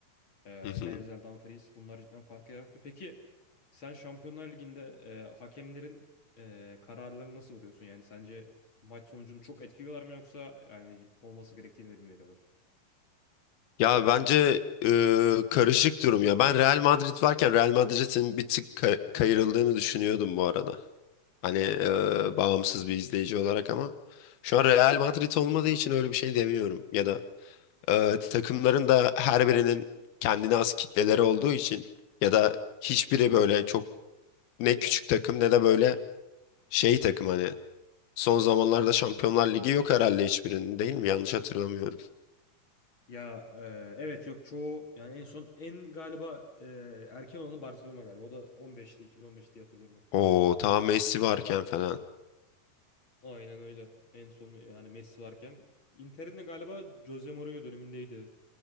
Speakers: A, on the left; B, on the left.
A: e,
B: Hı hı.
A: Denzel Dumfries bunlar cidden fark yarattı. Peki sen Şampiyonlar Ligi'nde e, hakemlerin e, kararlarını nasıl buluyorsun? Yani sence maç sonucunu çok etkiliyorlar mı yoksa yani olması gerektiğini mi veriyorlar?
B: Ya bence e, karışık durum ya. Ben Real Madrid varken Real Madrid'in bir tık ka- kayırıldığını düşünüyordum bu arada. Hani e, bağımsız bir izleyici olarak ama şu an Real Madrid olmadığı için öyle bir şey demiyorum. Ya da e, takımların da her birinin kendine has kitleleri olduğu için ya da hiçbiri böyle çok ne küçük takım ne de böyle şey takım hani son zamanlarda Şampiyonlar Ligi yok herhalde hiçbirinin değil mi? Yanlış hatırlamıyorum.
A: Ya e, evet yok çoğu yani en son en galiba e, erken olanı Barcelona galiba. O da 15'te 2015 diye hatırlıyorum ben.
B: O tam Messi varken falan.
A: Aynen öyle. En son yani Messi varken Inter'in de galiba Jose Mourinho dönemindeydi